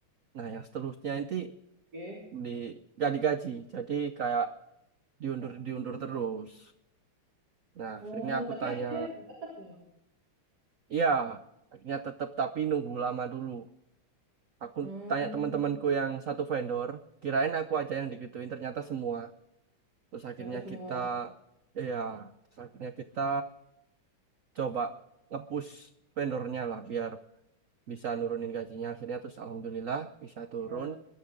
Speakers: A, on the right; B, on the right.
A: Nah, yang seterusnya nanti
B: oke.
A: di nggak digaji jadi kayak diundur
B: Oh.
A: diundur terus nah akhirnya
B: Oh,
A: aku
B: tapi
A: tanya
B: akhirnya dapat ya, Mas?
A: iya akhirnya tetap tapi nunggu lama dulu aku
B: Hmm,
A: tanya teman-temanku yang satu vendor kirain aku aja yang digituin ternyata semua terus akhirnya
B: ternyata semua.
A: kita
B: Oh,
A: ya terus akhirnya kita coba ngepush vendornya lah biar bisa nurunin gajinya akhirnya terus alhamdulillah bisa turun
B: ya.